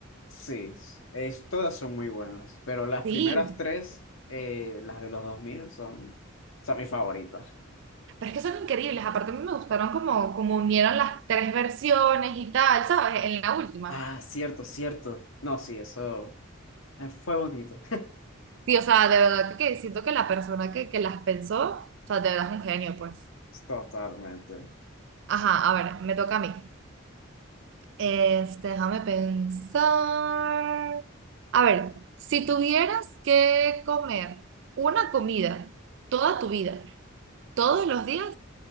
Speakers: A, on the left; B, on the right.
A: sí. Es, todas son muy buenas, pero las
B: Sí,
A: primeras tres, eh, las de los 2000 son, son mis favoritas.
B: pero es que son increíbles. Aparte, a mí me gustaron como, como unieron las tres versiones y tal, ¿sabes? En la última.
A: Ah, cierto, cierto. No, sí, eso eh, fue bonito.
B: Sí, o sea, de verdad que siento que la persona que, que las pensó, o sea, de verdad es un genio, pues.
A: <laughs> Totalmente.
B: Ajá, a ver, me toca a mí. Este, déjame pensar. A ver, si tuvieras que comer una comida toda tu vida, ¿Todos los días?